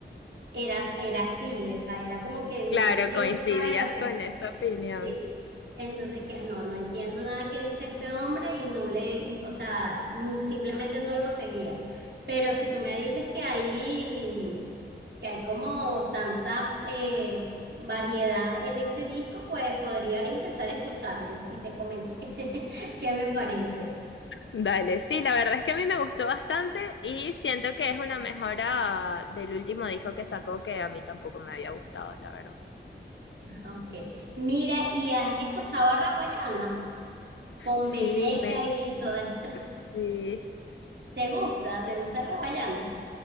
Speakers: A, on the right; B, on the left.
A: era, era así, esa era como que no
B: Claro,
A: le entiendo
B: coincidías
A: nada de lo que
B: con esa opinión.
A: sí. Entonces que no, no entiendo nada que dice este hombre y no le, o sea, mm, simplemente no lo seguía. Pero si tú me dices que hay, mm, que hay como tanta eh, variedad en este disco, pues podría intentar escucharlo y te comento qué, <laughs> qué me parece.
B: Dale, sí, la verdad es que a mí me gustó bastante y siento que es una mejora del último disco que sacó que a mí tampoco me había gustado, la verdad.
A: Ok. Mira, ¿y has escuchado a Raguayana con
B: Sí,
A: Veneca
B: me...
A: y todo esto?
B: Sí.
A: ¿Te gusta? ¿Te gusta Raguayana?